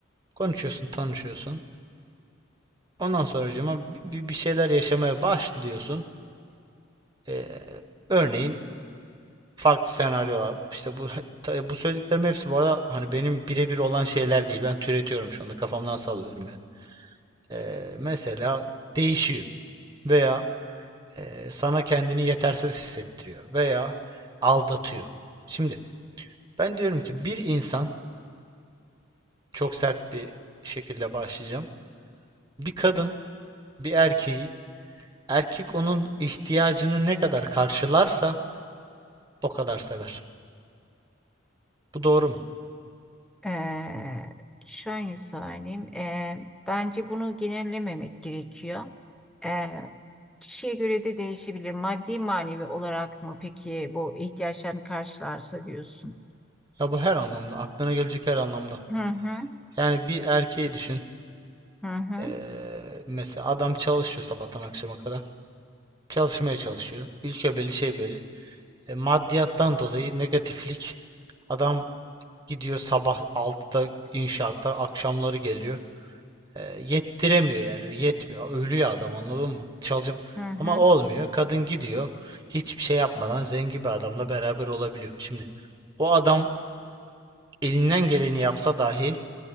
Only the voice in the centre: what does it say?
Ee, şöyle söyleyeyim. ee, bence bunu genellememek gerekiyor. Ee, kişiye göre de değişebilir. Maddi manevi olarak mı peki bu ihtiyaçlarını karşılarsa diyorsun?
Hı hı,
hı hı,
hı hı.